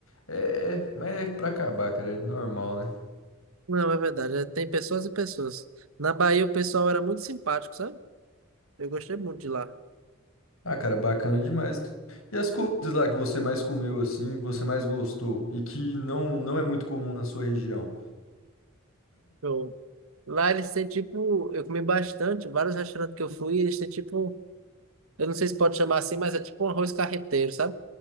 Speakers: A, on the left; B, on the right.
A: É, é- mas é pra acabar, cara, é normal, né?
B: Não, é verdade. é- Tem pessoas e pessoas. Na Bahia o pessoal era muito simpático, sabe? Eu gostei muito de lá.
A: Ah, cara, bacana demais. E as comidas lá que você mais comeu, assim, que você mais gostou e que não, não é muito comum na sua região?
B: Eu- Lá eles têm tipo, eu comi bastante, vários restaurantes que eu fui, eles têm tipo, eu não sei se pode chamar assim, mas é tipo um arroz carreteiro, sabe?